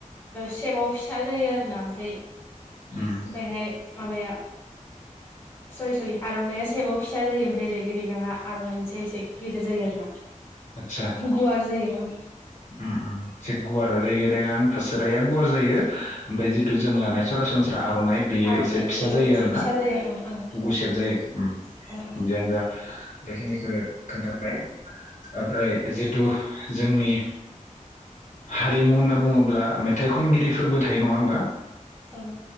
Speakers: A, on the left; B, on the left.
A: सेबाव फिसा जायो आरो ना ओमफाय
B: उम
A: बेहाय माबाया सरि सरि आर'नाइया सेबाव फिसा जायो ओमफाय रेगे रेगाङा आर'नाइनिसाय एसे गेदेर जायो आरो ना।
B: आदसा
A: गुवार जायो ओं
B: उम उम एसे गुवार रेगे रेगां फासोराया गुवार जायो ओमफाय जिथु जों लानाय सरासनस्रा आर'नाइ बियो
A: आर'नाइ
B: एसे फिसा
A: इयो
B: जायो
A: एसे
B: आरोना
A: फिसा जायो ओं ओं
B: गुसेब जायो उम
A: ओं
B: जियानोजा बेखिनिखो खोन्थाबाय ओमफ्राय जिथु जोंनि हारिमु होनना बुङोब्ला मेथाइ खनगिरिफोरबो थायो नङा होमबा?
A: ओं औ